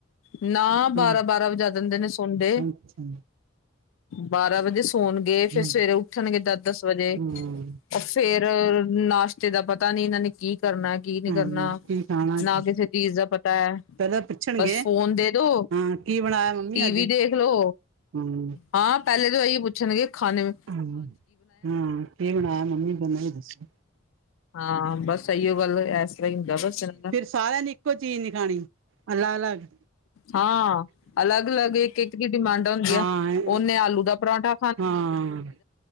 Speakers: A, on the left; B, on the right.
A: ਨਾ,
B: ਹਾਂ
A: ਬਾਰਾਂ- ਬਾਰਾਂ ਵਜਾ ਦੇਂਦੇ ਨੇ ਸੌਂਦੇ।
B: ਅੱਛਾ
A: ਬਾਰਾਂ ਵਜੇ ਸੋਨਗੇ, ਫੇਰ
B: ਹਮ
A: ਸਵੇਰੇ ਉੱਠਨਗੇ ਦਸ- ਦਸ ਵਜੇ।
B: ਹਮ
A: ਓ ਫੇਰ ਨਾਸ਼ਤੇ ਦਾ ਪਤਾ ਨੀ। ਏਨਾਂ ਨੇ ਕੀ ਕਰਨਾ? ਕੀ ਕੀ ਨੀ
B: ਹਮ
A: ਕਰਨਾ।
B: ਕੀ ਖਾਣਾ
A: ਨਾ ਕਿਸੇ ਚੀਜ਼ ਦਾ ਪਤਾ ਐ।
B: ਪਹਿਲਾਂ ਪੁੱਛਣਗੇ
A: ਬਸ ਫੋਨ ਦੇ ਦੋ।
B: ਹਾਂ ਕੀ ਬਣਾਇਆ ਮੰਮੀ
A: ਟੀਵੀ
B: ਅੱਜ
A: ਦੇਖਲੋ।
B: ਹੂੰ।
A: ਹਾਂ, ਪੈਲੇ ਤੇ ਐਈ ਓ ਪੁੱਛਨਗੇ ਖਾਨੇ ਮੇ
B: ਹੂੰ। ਹਾਂ, ਕੀ ਬਣਾਏਆ ਮੰਮੀ ਬ ਮਨ ਦਸੋ?
A: ਹਾਂ, ਬਸ ਐਈਓ ਗੱਲ ਐਸ ਤਰਾਂ ਈ ਹੁੰਦਾ, ਬਸ ਏਨਨ ਦਾ।
B: ਸਾਰੇਆਂ ਨੇ ਇੱਕੋ ਚੀਜ਼ ਨੀ ਖਾਣੀ, ਅਲਗ-ਅਲੱਗ।
A: ਹਾਂ, ਅਲੱਗ-ਅਲੱਗ ਇੱਕ-ਇੱਕ ਦੀ ਡਿਮਾਂਡਾ ਹੁੰਦੀਆ
B: ਹਾਂ
A: ਐ। ਓਨੇ ਆਲੂ ਦਾ ਪਰੌਠਾ
B: ਹਾਂ,